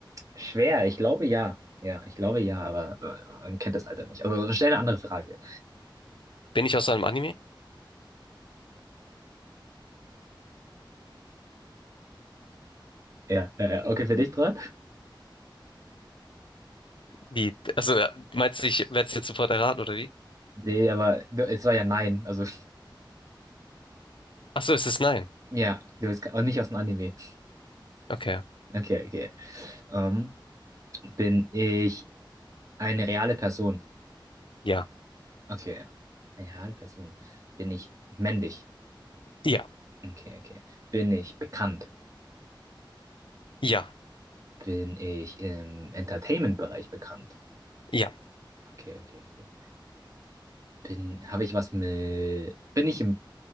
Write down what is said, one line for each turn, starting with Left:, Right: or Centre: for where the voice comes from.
Right: schwer, ich glaube ja. Ja, ich glaube ja, aber äh, man kennt das Alter nicht. Aber stell eine andere Frage.
Left: Bin ich aus einem Anime?
Right: Ja, äh, okay, für dich dran?
Left: Wie? Also, äh, meinst du, ich werde es jetzt sofort erraten, oder wie?
Right: Nee, aber du, es war ja nein. Also,
Left: Achso, es ist nein.
Right: <laughs> ja, du bist ke- auch nicht aus dem Anime.
Left: Okay.
Right: Okay, okay. Ähm, bin ich eine reale Person?
Left: Ja.
Right: Okay. Eine reale Person. Bin ich männlich?
Left: Ja.
Right: Okay, okay. Bin ich bekannt?
Left: Ja.
Right: Bin ich im Entertainment-Bereich bekannt?
Left: Ja,
Right: Okay, okay, okay. Bin, habe ich was mit, bin ich im